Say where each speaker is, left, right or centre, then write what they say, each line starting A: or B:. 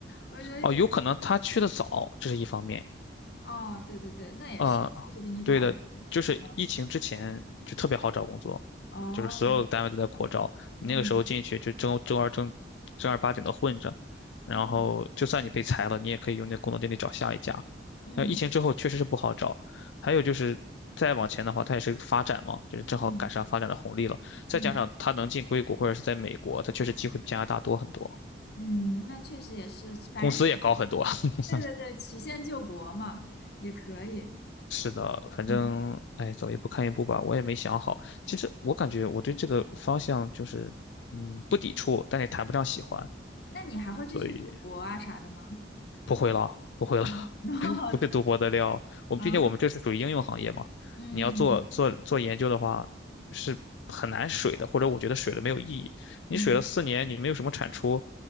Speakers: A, on the left; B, on the left.
A: 我觉得以，
B: 哦，有可能他去的早，这是一方面；
A: 哦，对对对，那也是，
B: 啊、
A: 确实比你早很多，
B: 对的，就是疫情之前就特别好找工作，
A: 嗯哦，
B: 就是所有的单位都在扩招，你那个时候进去就正正儿正正儿八经的混着，
A: 嗯
B: 然后就算你被裁了，
A: 嗯。
B: 你也可以用那工作经历找下一家。
A: 嗯
B: 那疫情之后确实是不好找，还有就是再往前的话，它也是发展嘛，就是正好赶上发展的红利了，
A: 嗯
B: 再加上它能进硅谷或者是在美国，
A: 嗯
B: 它确实机会比加拿大多很多，
A: 嗯，那确实也是，反正曲线，
B: 工资也高很多。<laughs>
A: 对对对，曲线救国嘛，也可以。
B: 是的，反正哎，
A: 嗯，
B: 走一步看一步吧，我也没想好。其实我感觉我对这个方向就是，嗯，不抵触，但也谈不上喜欢，
A: 那你还会继续读博啊啥的吗？
B: 所以不会了，不会了，
A: 嗯，<laughs> 然后
B: <laughs> 不是读博的料。我们毕竟我们这是属于应用行业嘛，
A: 啊，嗯
B: 你要做做做研究的话，是很难水的，或者我觉得水了没有意义。你水了四年，
A: 嗯
B: 你没有什么产出，